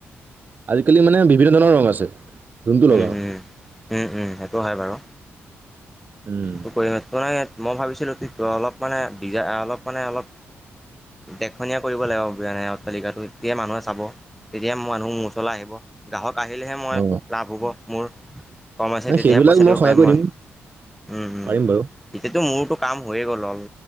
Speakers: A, on the right; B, in the centre.
A: আজিকালি মানে বিভিন্ন ধৰণৰ ৰং আছে, যোনটো লগাৱ।
B: উম, উম। উম, উম সেইটো হয় বাৰু।
A: উম,
B: ত কৰি ত ন মই ভাবিছিলো অলপ মানে ডিজ অলপ মানে অলপ দেখনীয়া কৰিব লাগিব। যেনে অট্টালিকাটো তেতিয়া মানুহে চাব। তেতিয়া মানুহ মোৰ ওচৰলৈ আহিব। গ্ৰাহক আহিলেহেঁ মই
A: অ
B: লাভ হ'ব মোৰ। কম আছে,
A: নাই
B: তেতিয়াহে
A: সেইবিলাক
B: পইচা দিব
A: সহায়
B: পাৰিম
A: কৰি
B: মই।
A: দিম
B: উম', উম'।
A: পাৰিম বাৰু
B: তেতিয়াটো মোৰতো কাম হৈয়ে গ'ল আৰু।